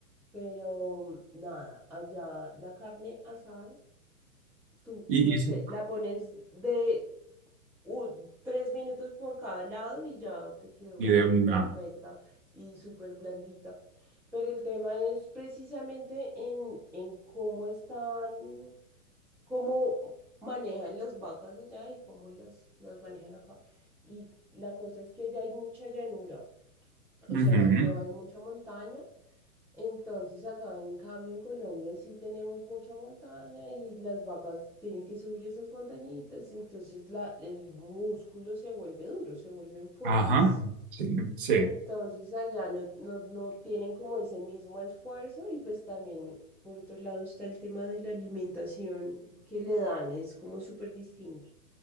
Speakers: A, in the centre; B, on the right (about 40°).
A: pero nada, allá la carne asada, tú,
B: Y,
A: no
B: y,
A: sé, la pones de u- tres minutos por cada lado y ya te quedó
B: y de una.
A: perfecta y súper blandita. Pero el tema es precisamente en, en cómo están, cómo manejan las vacas allá y cómo las, las manejan acá. Y la cosa es que ya hay mucha llanura, o
B: Ujú,
A: sea, no hay mucha montaña. Entonces, acá en cambio en Colombia sí tenemos mucha montaña y las vacas tienen que subir esas montañitas y entonces la, el músculo se vuelve duro, se vuelven fuertes.
B: Ajá. Sí, sí.
A: Entonces allá no, no, no tienen como ese mismo esfuerzo y pues también por otro lado está el tema de la alimentación que le dan, es como súper distinta.